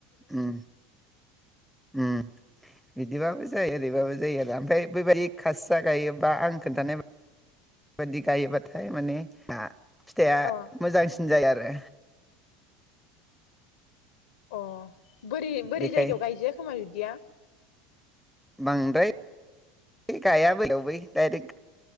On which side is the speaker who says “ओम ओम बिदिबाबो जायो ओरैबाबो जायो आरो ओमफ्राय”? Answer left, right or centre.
Centre